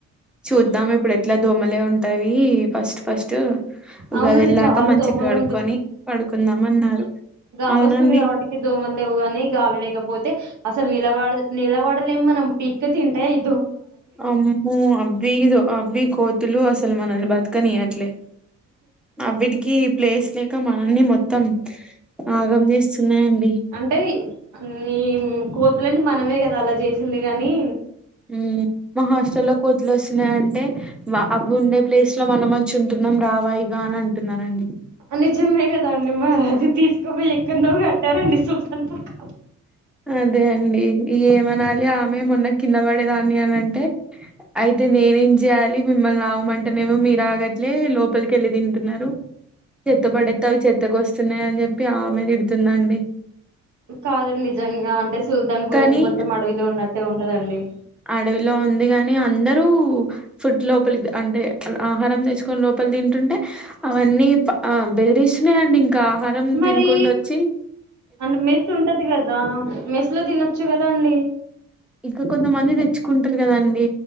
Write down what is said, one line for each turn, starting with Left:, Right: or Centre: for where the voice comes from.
Centre: చూద్దాం ఇప్పుడు ఎట్లా దోమలే ఉంటాయి ఫస్ట్ ఫస్ట్ టు ఉగాది
Right: అవునండి
Centre: వెళ్ళాక
Right: చాలా
Centre: మంచిగా
Right: దోమలు
Centre: గడుకొని పడుకుందాం అన్నారు
Right: గాలొస్తుంది
Centre: అవునండి
Right: కాబట్టికి దోమలు లేవు గాని గాలి లేకపోతే అసలు నిలవడ నిలవడలేం మనం పీక్క తింటాయ్
Centre: అమ్మో అవ్వీదు అవ్వీ కోతులు అసలు మనల్ని బతకనియ్యట్లే అవిటికి ప్లేస్ లేక మనల్ని మొత్తం ఆగం చేస్తున్నాయండి
Right: అంటే అం ఈ కో తులను మనమే గదా అలా జేసింది గాని
Centre: మ్ మా హష్టల్లో కోతులు వొస్ త్తన్నాయ్ అంటే అవి ఉండే ప్లేస్ లో మనం వచ్చి ఉంటున్నాం రావాఇగా అని అంటున్నారండి
Right: నిజమే గదా అండి మారది తీస్క బొయచ ఎక్కన్నొ బెట్టారండి సుల్తాన్ బుక్
Centre: అదే అండి ఏమనాలి ఆమె మొన్న కింద బడేదాన్ని అని అంటే అయితే నేనేం జేయాలి మిమ్మల్ని ఆగమంటేనేమో మీర్ ఆగట్లే లోపలికెళ్ళి దింటున్నారు చెత్త బడేత్తావ్ చెత్తకొస్తున్నాయి అని జెప్పి ఆమె దిడుతుందండి
Right: కాదండి నిజంగా అంటే సుల్తాన్ పూర్
Centre: కానీ
Right: అయితే మొత్తం అడవిలో ఉన్నట్టే ఉంటదండి
Centre: అడవిలో ఉంది గాని అందరూ ఫుడ్ లోపలికి అంటే ఆహారం తెచ్చుకొని లోపలి దింటుంటే అవన్నీ ఆ బెదిరిస్తన్నాయ్ అండి ఇంకా ఆహారం
Right: మరి
Centre: తినుకుంటూ వొచ్చి
Right: అంటే మెస్ ఉంటది కదా మెస్లో దినొచ్చు గదా అండి
Centre: ఇక్క కొంతమంది తెచ్చుకుంటారు కదండి